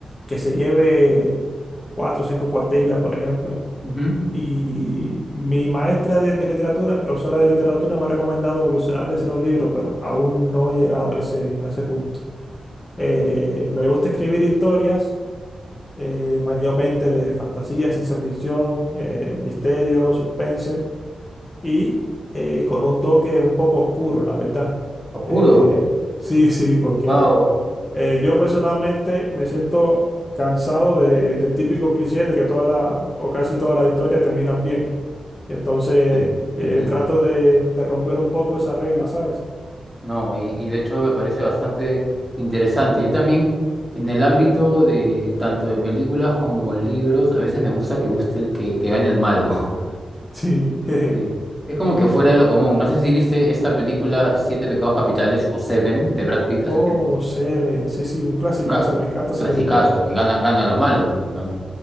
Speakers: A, on the left; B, in the centre.
A: que se lleve cuatro o cinco cuartillas, por ejemplo.
B: Ujú.
A: Y mi maestra de, de literatura, mi profesora de literatura, me ha recomendado evolucionar y hacer un libro, pero aún no he llegado a ese, a ese punto. Eh, me gusta escribir historias eh, mayormente de fantasía, ciencia ficción, eh, misterio, suspense y eh, con un toque un poco oscuro, la verdad.
B: Oscuro.
A: Eh, sí, sí, porque
B: Wow.
A: eh, yo personalmente me siento cansado de, de típico cliché de que toda la o casi todas las historias terminan bien. Y entonces
B: Sí,
A: eh,
B: entiendo.
A: trato de, de romper un poco esa regla, ¿sabes?
B: No, y, y de hecho me parece bastante interesante. Yo también, en el ámbito de tanto de películas como libros, a veces me gusta que guste el, que, que gane el malo.
A: Sí. <laughs> jeje.
B: Sí. Es como que fuera de lo común. No sé si viste esta película Siete Pecados Capitales o Seven de Brad Pitt
A: Oh,
B: hace tiempo.
A: Seven, sí, sí, un clasicazo,
B: Ga-
A: me encanta esa
B: Clasicazo,
A: película.
B: y gana, gana a los malos, pues, ¿no?